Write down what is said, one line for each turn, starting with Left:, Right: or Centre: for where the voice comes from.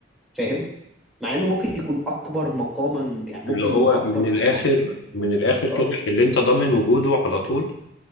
Centre: فاهم مع انه ممكن يكون اكبر مقاما يعني
Left: اللي
Centre: ممكن
Left: هو
Centre: يكون اكبر
Left: من الاخر
Centre: مقام
Left: من الاخر
Centre: اه
Left: كده اللي انت ضامن وجوده على طول